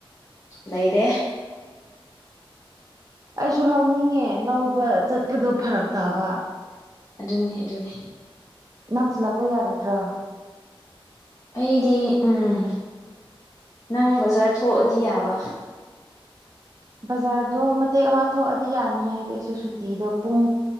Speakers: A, on the left (about 30°); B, on the right (about 35°).
A: ꯂꯩꯔꯦ
B: ꯑꯩꯁꯨ ꯂꯧꯅꯤꯡꯉꯦ ꯂꯧꯕ ꯆꯠꯄꯗꯣ ꯐꯔꯛꯇꯥꯕ
A: ꯑꯗꯨꯅꯤ ꯑꯗꯨꯅꯤ
B: ꯅꯪ ꯊꯤꯜꯂꯛꯄ ꯌꯥꯔꯣꯏꯗ꯭ꯔꯥ
A: ꯑꯩꯗꯤ ꯎꯝ ꯅꯪ ꯕꯖꯥꯔ ꯊꯣꯛꯑꯗꯤ ꯌꯥꯕ
B: ꯕꯖꯥꯔꯗꯣ ꯃꯇꯦꯛ ꯑꯃ ꯊꯣꯛꯑꯗꯤ ꯌꯥꯅꯤ ꯍꯥꯏꯗꯤ ꯑꯩꯁꯨ ꯁꯨꯇꯤꯗꯣ ꯄꯨꯡ